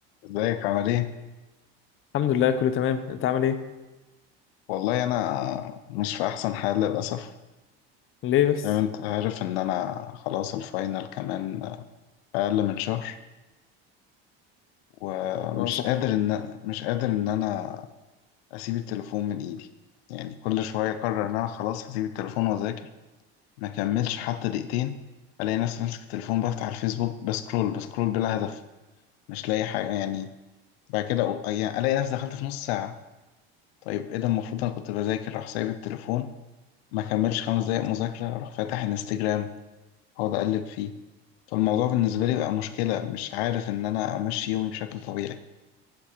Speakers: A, on the left; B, on the left.
A: ازيك عامل ايه؟
B: الحمد لله كله تمام انت عامل ايه
A: والله انا مش في احسن حال للاسف
B: ليه بس
A: زي ما انت عارف ان انا خلاص الفاينل كمان اقل من شهر ومش
B: اه صح
A: قادر ان مش قادر ان انا اسيب التليفون من ايدي يعني كل شويه اقرر ان انا خلاص هسيب التليفون واذاكر ما كملش حتى دقيقتين الاقي نفسي ماسك التليفون بفتح الفيسبوك بسكرول بسكرول بلا هدف مش لاقي حاجه يعني بعد كده أقول- يعني الاقي نفسي دخلت في نص ساعه طيب ايه ده المفروض انا كنت بذاكر راح سايب التليفون ما كملش خمس دقايق مذاكرة أروح فاتح انستجرام أقعد أقلب فيه فالموضوع بالنسبة لي بقى مشكلة مش عارف إن أنا أمشي يومي بشكل طبيعي